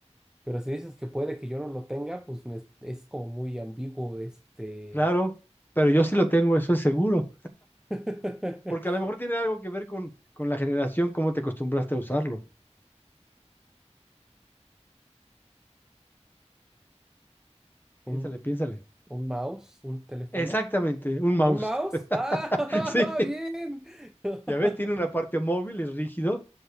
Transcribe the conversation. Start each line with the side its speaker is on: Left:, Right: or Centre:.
Centre: Pero si dices que puede que yo no lo tenga, pues me- es como muy ambiguo este,
Left: claro, pero yo sí lo tengo, eso es seguro,
Centre: <laughs>
Left: porque a lo mejor tiene algo que ver con, con la generación, cómo te acostumbraste a usarlo. Piénsale,
Centre: un
Left: piénsale.
Centre: ¿Un mouse? ¿Un teléfono?
Left: Exactamente, un mouse.
Centre: ¿Un mouse? ¡Ah!
Left: <laughs>
Centre: <laughs>
Left: Sí,
Centre: ¡Bien! <laughs>
Left: ya ves, tiene una parte móvil, es rígido.